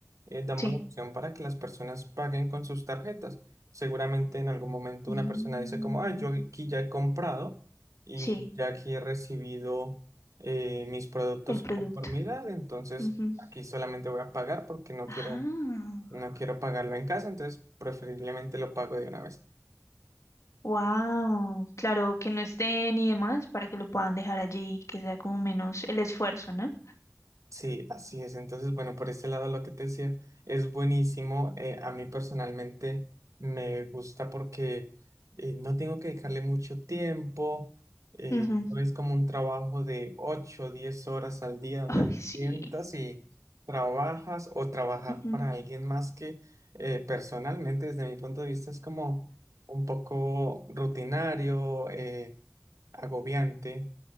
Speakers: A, on the right (about 85°); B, on the left (about 70°).
A: eh, damos
B: Sí.
A: la opción para que las personas paguen con sus tarjetas. Seguramente en algún momento
B: Mm,
A: una persona dice como, ah, yo aquí ya he comprado y
B: sí,
A: ya aquí he recibido eh, mis productos
B: el producto.
A: de conformidad, entonces
B: Ujú.
A: aquí solamente voy a pagar porque no
B: Ah,
A: quiero, no quiero pagarlo en casa, entonces preferiblemente lo pago de una vez.
B: wow. Claro, que no estén y demás para que lo puedan dejar allí, que sea como menos el esfuerzo, ¿no?
A: Sí, así es. Entonces, bueno, por ese lado lo que te decía es buenísimo. Eh, a mí personalmente me gusta porque eh, no tengo que dedicarle mucho tiempo. eh,
B: Ujú.
A: no es como un trabajo de 8 o 10 horas al día donde
B: Ay,
A: te
B: sí.
A: sientas y trabajas o trabajar
B: Ujú,
A: para alguien más que eh, personalmente, desde mi punto de vista, es como un poco rutinario, eh, agobiante.